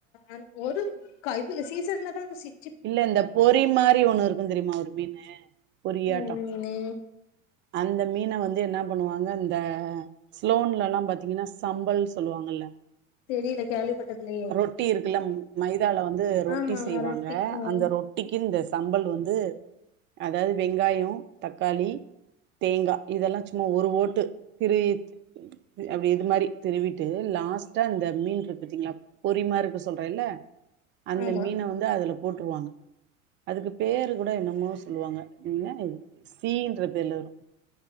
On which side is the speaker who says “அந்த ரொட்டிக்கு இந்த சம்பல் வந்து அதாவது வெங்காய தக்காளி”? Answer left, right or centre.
Right